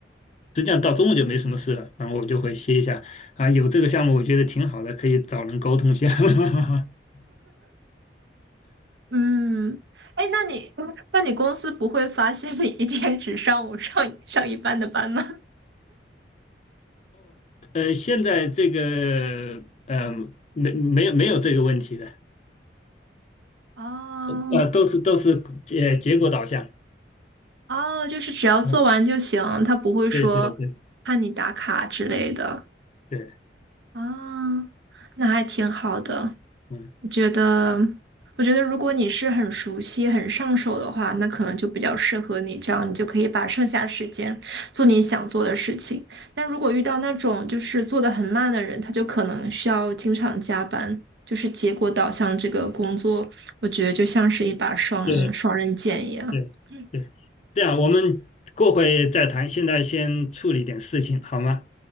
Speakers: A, on the left; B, on the right.
A: 实际上到中午就没什么事了，然后我就会歇一下，啊，有这个项目我觉得挺好的，可以找人沟通一下。<laughs>
B: 嗯，哎，那你那你公司不会发现你一天只上午上上一半的班吗？
A: 呃，现在这个，呃，没没有没有这个问题的，
B: 哦
A: 呃，都是都是呃结果导向，
B: 哦，就是只要做完就行，
A: 嗯，
B: 他不会说怕你打卡之类的。
A: 对对对对，
B: 啊，那还挺好的。
A: 嗯。
B: 我觉得，我觉得如果你是很熟悉、很上手的话，那可能就比较适合你，这样你就可以把剩下时间做你想做的事情。但如果遇到那种就是做的很慢的人，他就可能需要经常加班，就是结果导向这个工作，我觉得就像是一把双双刃剑一样。
A: 对对对，
B: 嗯，
A: 这样我们过会再谈，现在先处理点事情好吗？